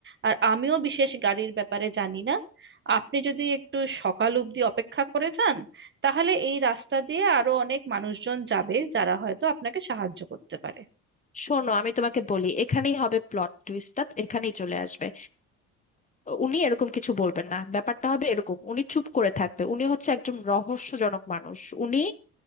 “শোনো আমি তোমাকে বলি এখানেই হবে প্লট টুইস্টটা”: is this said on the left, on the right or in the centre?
Left